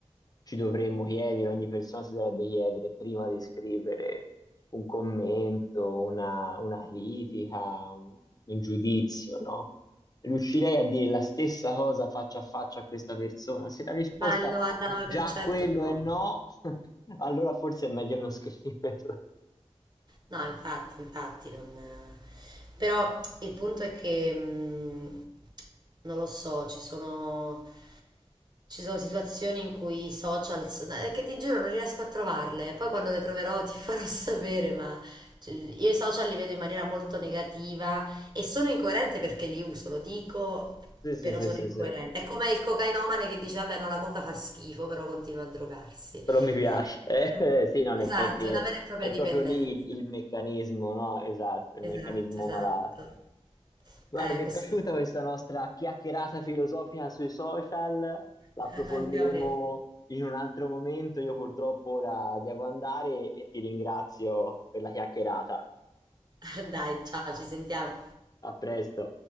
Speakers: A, on the left (about 35°); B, on the right (about 40°).
A: ci dovremmo chiedere, ogni persona si dovrebbe chiedere prima di scrivere un commento, una, una critica, un, un giudizio, no? Riuscirei a dire la stessa cosa faccia a faccia a questa persona? Se la risposta
B: Ma il 99%
A: già a quello
B: no.
A: è no, <laughs> allora forse è meglio non scriverla.
B: No, infatti, infatti non... eh. Però il punto è che mh, non lo so, ci sono... Ci sono situazioni in cui i social, so- eh, che ti giuro non riesco a trovarle, poi quando le troverò ti farò <laughs> sapere, ma cioè, io i social li vedo in maniera molto negativa e sono incoerente perché li uso, lo dico,
A: Sì, sì,
B: però
A: sì,
B: sono
A: sì,
B: incoerente.
A: sì.
B: È come il cocainomane che dice, vabbè, no, la coca fa schifo, però continua a drogarsi.
A: Però mi piace.
B: Eh,
A: <laughs> Eh,
B: è un-
A: eh, sì, no, in
B: esatto,
A: effetti
B: è
A: è,
B: una vera e propria
A: è
B: dipendenza.
A: proprio lì il, il meccanismo, no? Esatto, il
B: Esatto,
A: meccanismo
B: esatto.
A: malato. Guarda,
B: Eh,
A: mi
B: questo
A: è piaciuta questa nostra chiacchierata filosofica sui social, l'approfondiremo
B: <laughs> anche a me.
A: in un altro momento. Io purtroppo ora devo andare e ti ringrazio per la chiacchierata.
B: <laughs> Dai, ciao, ci sentiamo.
A: A presto.